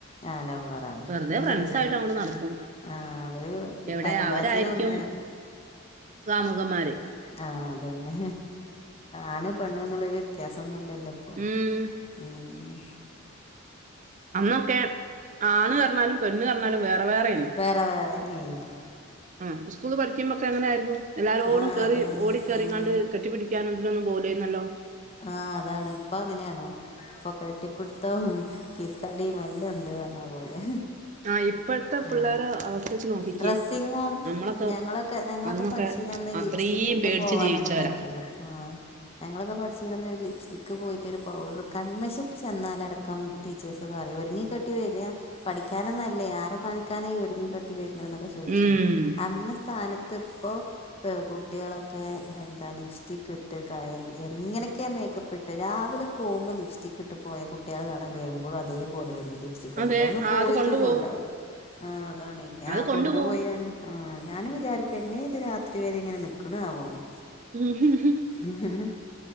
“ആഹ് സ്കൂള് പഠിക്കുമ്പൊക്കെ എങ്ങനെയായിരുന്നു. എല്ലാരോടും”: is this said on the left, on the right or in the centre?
Right